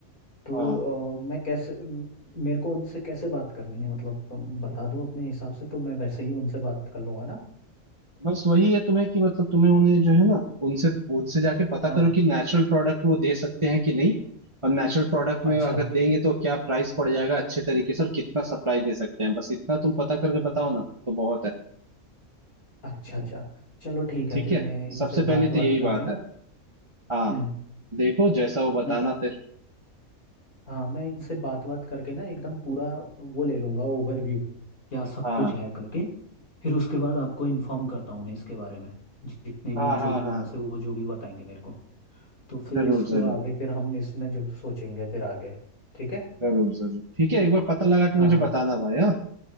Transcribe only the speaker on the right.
हाँ
बस वही है तुम्हें कि मतलब तुम्हें उन्हें जो है ना उनसे उनसे जाके पता
करो कि नेचुरल प्रोडक्ट वो दे सकते हैं कि नहीं और नेचुरल प्रोडक्ट
में अगर देंगे तो क्या प्राइस पड़ जाएगा अच्छे तरीके से और कितना सप्लाई दे सकते हैं बस इतना तुम पता करके बताओ ना तो बहुत है
ठीक
है
सबसे पहले
तो यही
बात
है हाँ
देखो जैसा वो बताना
फिर
हाँ
हाँ
हाँ
हाँ
जरूर
जरूर
जरूर जरूर ठीक है एक बार पता लगा
कि मुझे बताना भाई हाँ